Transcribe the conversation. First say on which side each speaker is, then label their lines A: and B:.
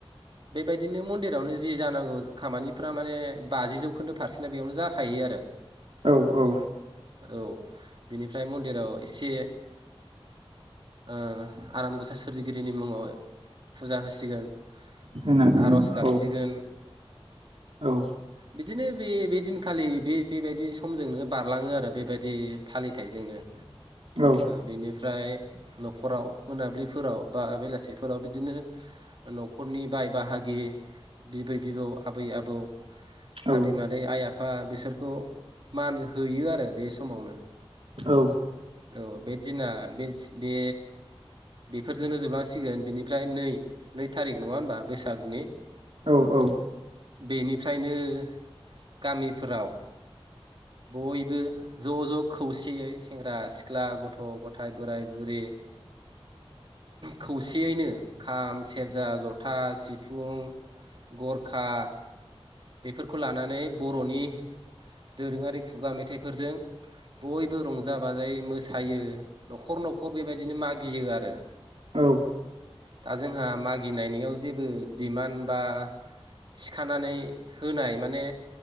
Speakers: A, on the right (about 55°); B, on the right (about 70°).
A: बेबायदिनो मन्दिरावनो जि जानांगौ खामानिफ्रा माने बाजि जौखोन्दो फारसेना बेयावनो जाखायो आरो
B: औ औ
A: औ बिनिफ्राय मन्दिराव एसे ओ आनान गसाइ सोरजिगिरिनि मुङाव फुजा होसिगोन ओ
B: होननानै
A: आर'ज गाबसिगोन।
B: औ औ
A: बिदिनो बे बे दिनखालि बे बेबायदि समजोंनो बारलाङो आरो बेबायदि फालिथायजोंनो ओ
B: औ
A: बेनिफ्राय न'खराव मोन मोनाबिलिफोराव बा बेलासिफोराव बिदिनो न'खरनि बाय बाहागि बिबै बिबौ आबै आबौ
B: औ
A: आदै मादै आइ आ फा बिसोरखौ मान होयो आरो बे समावनो।
B: औ
A: औ बे दिना बे बे बेफोरजोंनो जोबलांसिगोन बिनिफ्राय नै नै थारिख नंङा होनबा बैसागनि
B: औ औ
A: बेनिफ्रायनो गामिफोराव बयबो ज ज खौसेयै सेंग्रा सिख्ला गथ गथाय बोराइ बुरि खौसेयैनो खाम सेरजा जथा सिफुं गरखा बेफोरखौ लानानै बरनि दोरोंङारि खुगा मेथाइफोरजों बयबो रंजा बाजायै मोसायो नखर थ बेबायदिनो मागियो आरो ओ
B: औ
A: दा जोंहा मागिनायनिाव जेबो दिडिमान्ड बा थिखानानै होनाय माने